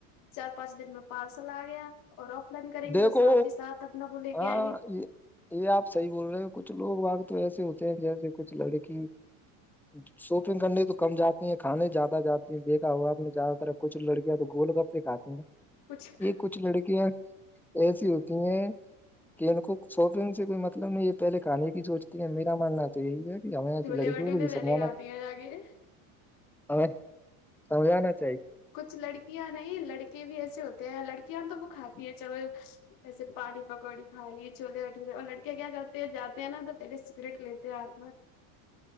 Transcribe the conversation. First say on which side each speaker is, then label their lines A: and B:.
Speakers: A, on the left (about 50°); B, in the centre.
A: چار پانچ دن میں پارسل آ گیا اور آف لائن کریں گے
B: دیکھو
A: تو ساتھ ہی ساتھ اپنا وہ لے کے
B: ہاں
A: آئیں گے
B: یہ یہ آپ صحیح بول رہے ہو کچھ لوگ واگ تو ایسے ہوتے ہیں جیسے کچھ لڑکی <inaudible> <inaudible> شاپنگ کرنے تو کم جاتی ہیں کھانے زیادہ جاتی ہیں دیکھا ہوا آپ نے زیادہ تر کچھ لڑکیاں تو گول گپے کاتے ہیں
A: <unintelligible> <unintelligible>
B: یہ کچھ لڑکیاں ایسی ہوتی ہیں کہ ان کو شاپنگ سے کوئی مطلب نہیں ہے یہ پہلے کھے کی سوچتی ہے میرا ماننا تھا تو یہی ہے کہ ہمیں
A: چولہے
B: لڑکیوں
A: بٹولے
B: کو بھی
A: پہلے
B: سمجھوانا
A: کھاتی
B: چاہیے
A: ہیں جا کے
B: ہ سمجا ن <unintelligible>
A: کچھ لڑکیاں نہیں لڑکے بھی ایسے ہوتے ہیں لڑکیاں تو وہ کھاتفی ہیں چلو ایسے پانی پکوڑی کھائی چولہے اٹورے اور لڑکیاں کیا کرتے جاتے ہیں نا تو تیرے سگریٹ لیتے ہیں آاتما